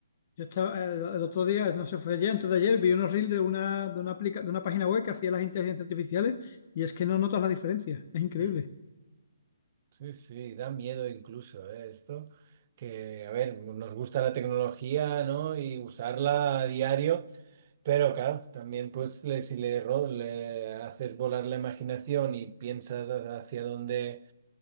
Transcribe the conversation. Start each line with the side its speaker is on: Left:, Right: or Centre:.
Left: Yo estaba, el, el otro día, no sé, fue ayer, antes de ayer, vi unos reels de una, de una, aplica, de una página web que hacía las inteligencias artificiales y es que no notas la diferencia. Es increíble.
Right: Mm. Sí, sí, da miedo incluso, ¿eh? Esto, que, a ver, nos gusta la tecnología, ¿no? Y usarla a diario, pero claro, también pues le- si le, ro- le haces volar la imaginación y piensas ha- hacia dónde